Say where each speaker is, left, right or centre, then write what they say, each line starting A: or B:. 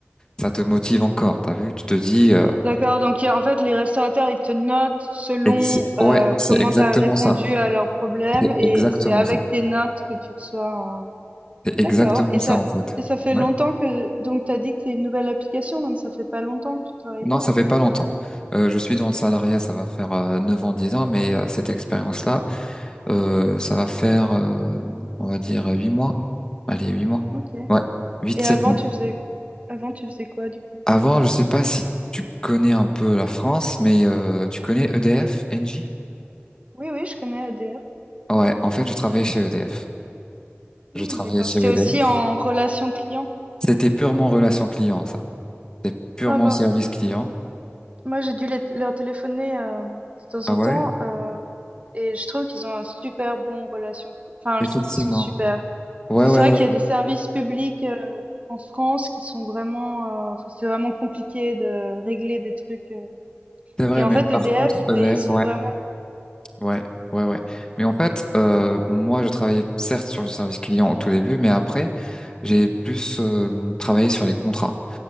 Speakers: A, on the left; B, on the right.
A: ça te motive encore. T'as vu, tu te dis, euh,
B: D'accord, donc il y a- en fait les restaurateurs ils te notent selon
A: ex-
B: euh,
A: ouais, c'est
B: comment
A: exactement
B: tu as répondu
A: ça.
B: à leurs problèmes
A: C'est
B: et
A: exactement
B: c'est avec
A: ça.
B: tes notes que tu reçois un-
A: C'est exactement
B: D'accord, et
A: ça
B: ça
A: en fait.
B: et ça fait
A: Ouais.
B: longtemps que donc tu as dit que c'est une nouvelle application donc ça fait pas longtemps que tu travailles
A: Non,
B: là
A: ça
B: alors.
A: fait pas longtemps. Euh, je suis dans le salariat, ça va faire euh, 9 ans, 10 ans, mais euh, cette expérience-là, euh, ça va faire, euh, on va dire, 8 mois. Allez, 8 mois.
B: OK.
A: Ouais, 8
B: Et
A: 7.
B: avant
A: mois.
B: tu faisais avant tu faisais quoi du coup?
A: Avant, je sais pas si tu connais un peu la France, mais euh, tu connais EDF, Engie?
B: Oui oui, je connais ADF.
A: Ouais, en fait, je travaillais chez EDF.
B: Hmm,
A: Je travaillais
B: d'accord,
A: chez
B: c'était
A: EDF.
B: aussi en relation client.
A: C'était purement relation client, ça. C'était purement
B: Ah bah
A: service client.
B: Moi, j'ai dû les- leur téléphoner euh, de temps
A: Ah
B: en
A: ouais?
B: temps euh, et je trouve qu'ils ont un super bon relation. Enfin,
A: Effectivement.
B: je trouve qu'ils sont super. Parce
A: Ouais,
B: que
A: ouais,
B: C'est vrai
A: ouais.
B: qu'il y a des services publics euh, en France qui sont vraiment, euh, enfin, c'est vraiment compliqué de régler des trucs. euh.
A: C'est vrai,
B: Et en
A: mais
B: fait,
A: par
B: EDF,
A: contre, EDF,
B: c'est- ils sont
A: ouais.
B: vraiment
A: Ouais, ouais, ouais. Mais en fait, euh, moi, je travaillais certes sur le service client au tout début, mais après, j'ai plus euh, travaillé sur les contrats.